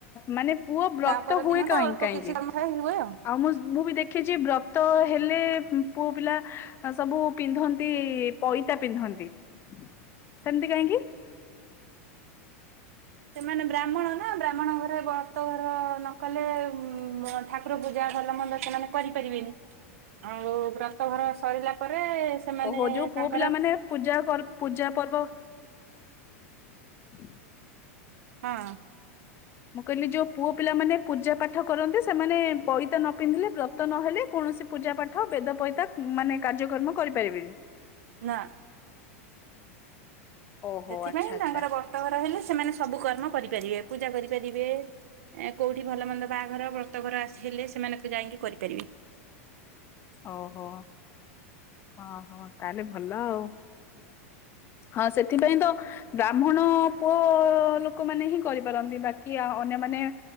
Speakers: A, on the left; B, on the right.
A: ମାନେ ପୁଅ ବ୍ରତ
B: ତା ପର
A: ହୁଏ
B: ଦିନ
A: କାହିଁକି
B: ଟା ଅଳ୍ପ
A: କାହିଁକି
B: କିଛି କର୍ମ ହୁଏ
A: ଆଉ ମୁ ମୁଁ ବି ଦେଖ ଦେଖିଛି ବ୍ରତ ହେଲେ ପୁଅ ପିଲା ସବୁ ପିନ୍ଧନ୍ତି ପଇତା ପିନ୍ଧନ୍ତି। ସେମିତି କାହିଁକି?
B: ସେମାନେ ବ୍ରାହ୍ମଣ ନା ବ୍ରାହ୍ମଣ ଘରେ ବ୍ରତ ଘର ନ କଲେ ଉ ନୁ ଠାକୁର ପୂଜା ଯାହା ଭଲ ମନ୍ଦ ସେମାନେ କରିପାରିବେନି ଆଉ ବ୍ରତଘର ସରିଲା ପରେ ସେମାନେ
A: ଓହୋ ଯୋଉ
B: ତାଙ୍କର
A: ପୁଅ ପିଲା ମାନେ ପୂଜା ପର୍ ପୂଜା ପର୍ବ <inaudible>
B: ହଁ।
A: ମୁଁ କହିଲି ଯୋଉ ପୁଅ ପିଲାମାନେ ପୂଜା ପାଠ କରନ୍ତି ସେମାନେ ପଇତା ନ ପିନ୍ଧିଲେ ବ୍ରତ ତ ନହେଲେ କୌଣସି ପୂଜା ପାଠ ବେଦ ପଇତା ଉ ମାନେ କାର୍ଯ୍ୟକ୍ରମ କରିପାରିବେନି?
B: ନା।
A: ଓହୋ
B: ସେଥିପାଇଁ
A: ଆଚ୍ଛା ଆଚ୍ଛା
B: ତାଙ୍କର ବ୍ରତଘର ହେଲେ ସେମାନେ ସବୁ କର୍ମ କରିପାରିବେ ପୂଜା କରିପାରିବେ ଏ କଉଠି ଭଲ ମନ୍ଦ ବାହାଘର ବ୍ରତଘର ଆସିଲେ ସେମାନ ତ ଯାଇକି କରିପାରିବେ।
A: ଓହୋ, ଓହୋ ତାହେଲେ ଭଲ ଆଉ। ହଁ ସେଥିପାଇଁ ତ ବ୍ରାହ୍ମଣ ପୁଅ ଲୋକମାନେ ହିଁ କରିପାରନ୍ତି, ବାକି କି ଅନ୍ୟମାନେ